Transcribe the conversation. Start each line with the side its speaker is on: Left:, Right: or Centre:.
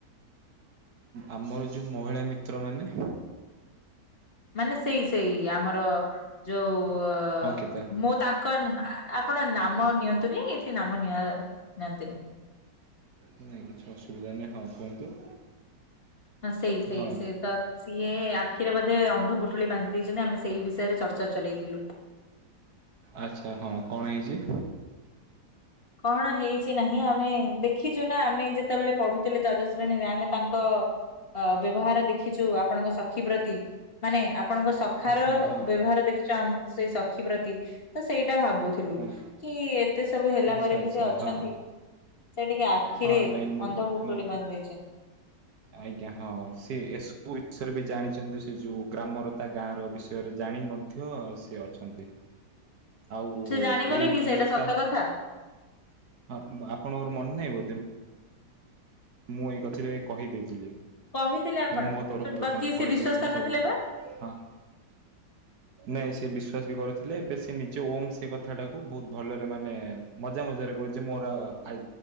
Right: ଆମର ଯୋଉ ମହିଳା ମିତ୍ର ମାନେ?
Left: ମାନେ ସେଇ ସେଇ ଆମର ଯୋଉ
Right: ଅଙ୍କିତା
Left: ମୋ ତାଙ୍କ ଆପଣ ନାମ ନିଅନ୍ତୁନି, ଏଇଠି ନାମ ନିଅ ନିଅନ୍ତିନି।
Right: ନାହିଁ କିଛି ଅସୁବିଧା ନାହିଁ, ହଁ କୁହନ୍ତୁ।
Left: ହଁ ସେଇ ସେଇ
Right: ହଁ
Left: ସେଇ ତ ସିଏ ଆଖିରେ ବୋଧେ ଅନ୍ଧପୁଟୁଳି ବାନ୍ଧି ଦେଇଛନ୍ତି ଆମେ ସେଇ ବିଷୟରେ ଚର୍ଚା ଚଲେଇଥିଲୁ।
Right: ଆଚ୍ଛା ହଁ, କଣ ହେଇଛି?
Left: କଣ ହେଇଛି ନାହିଁ ଆମେ ଦେଖିଛୁ ନା ଆମେ ଯେତେବେଳେ ପଢୁ ତ ଦ୍ଵାଦଶ ଶ୍ରେଣୀରେ ଆମେ ତାଙ୍କ ଅ ବ୍ୟବହାର ଦେଖିଛୁ, ଆପଣଙ୍କ ସଖୀ ପ୍ରତି ମାନେ ଆପଣଙ୍କ ସଖାର
Right: ହଁ ହଁ
Left: ବ୍ୟବହାର ଦେଖିଛ ମ ସେଇ ସଖି ପ୍ରତି। ତ ସେଇଟା ଭାବୁଥିଲୁ
Right: ହଁ।
Left: କି, ଏତେ ସବୁ ହେଲା
Right: ଆଚ୍ଛା
Left: ପରେ
Right: ଆଚ୍ଛା
Left: ବି ସେ ଅଛନ୍ତି।
Right: ହଁ
Left: ସେ ଟିକେ ଆଖିରେ
Right: ହଁ ନାହିଁ ମୁଁ
Left: ଅନ୍ଧ ପୁଟୁଳି
Right: ମୁଁ।
Left: ବାନ୍ଧି ଦେଇଛନ୍ତି।
Right: ଆଜ୍ଞା ହଁ ସେ ଏସବୁ ବିଷୟରେ ବି ଜାଣିଛନ୍ତି, ସେ ଯୋଉ ଗ୍ରାମର ତା ଗାଁ ର ବିଷୟ ସେ ଜାଣି ମଧ୍ୟ ସିଏ ଅଛନ୍ତି। ଆଉ
Left: ସେ ଜାଣିଗଲେ
Right: ଏଇ
Left: କି ସେଇଟା ସତ
Right: ତା
Left: କଥା।
Right: ହଁ ଆପଣଙ୍କର ମନେ ନାହିଁ ବୋଧେ। ମୁଁ ଏକଥିରେ କହିଦେଇଥିଲି
Left: କହିଥିଲେ ଆପଣ
Right: ମୁଁ ମୋ ତରଫରୁ
Left: ଶୁଣ ବାକି
Right: ତାଙ୍କୁ
Left: ସେ
Right: କହିଦେଇଥିଲି
Left: ବିଶ୍ଵାସ କରିନଥିଲେ
Right: ସବୁ
Left: ବା।
Right: ହଁ। ନାଇଁ ସେ ବିଶ୍ୱାସ ବି କରିଥିଲେ, ଏବେ ସେ ନିଜ ଓମ୍ ସେ କଥାଟାକୁ ବହୁତ ଭଲରେ ମାନେ ମଜା ମଜାରେ କହୁଛି ମୋର ଫା